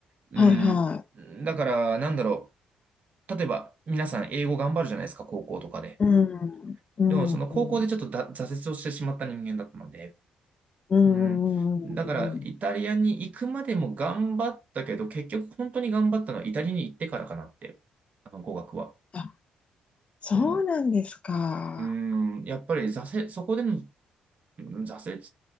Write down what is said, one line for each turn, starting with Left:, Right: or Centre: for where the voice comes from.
Right: うん。
Left: はいは
Right: だから、なんだろう。例えば、皆さん英語頑張るじゃないですか、高校とかで。
Left: い。うん。うん。
Right: でも、その高校でちょっとだ挫折をしてしまった人間だったので。
Left: うん。うん。
Right: うん。
Left: うんうん
Right: だから、イタリアに行くまでも頑張ったけど、結局本当に頑張ったのはイタリアに行ってからかなって、あの、語学は。
Left: あ、そうなんですか。
Right: その、うーん、やっぱり挫折、そこでのうん挫折、